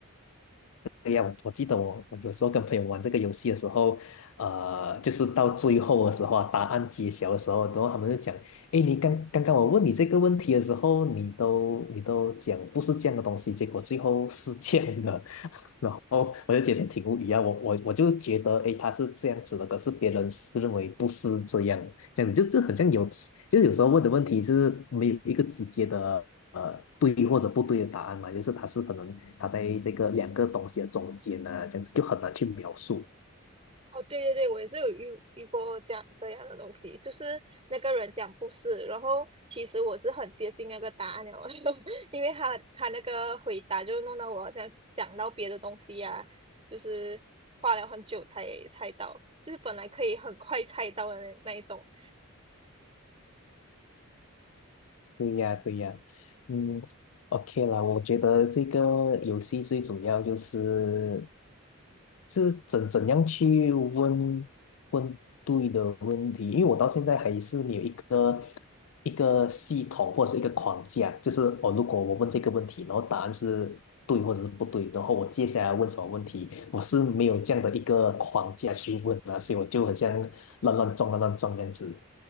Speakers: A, on the left; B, on the right.
A: 对呀，我我记得我我有时候跟朋友玩这个游戏的时候，呃，就是到最后的时候啊，答案揭晓的时候，然后他们就讲，诶，你刚刚刚我问你这个问题的时候，你都你都讲不是这样的东西，结果最后是这样的，<laughs> 然后我就觉得挺无语啊，我我我就觉得，诶，他是这样子的，可是别人是认为不是这样，这样子就就很像有，就是有时候问的问题是没有一个直接的呃对或者不对的答案嘛，就是他是可能他在这个两个东西的中间呢、这样子就很难去描述。
B: 哦，对对对，我也是有遇遇过这样这样的东西，就是那个人讲不是，然后其实我是很接近那个答案了，<laughs> 因为他他那个回答就弄到我好像想到别的东西呀，就是花了很久才猜到，就是本来可以很快猜到的那那一种。
A: 对呀，对呀，嗯，OK 啦，我觉得这个游戏最主要就是，是怎怎样去问问对的问题，因为我到现在还是没有一个一个系统或者是一个框架，就是哦，如果我问这个问题，然后答案是对或者是不对，然后我接下来问什么问题，我是没有这样的一个框架去问啊，所以我就很像乱乱撞乱乱撞这样子。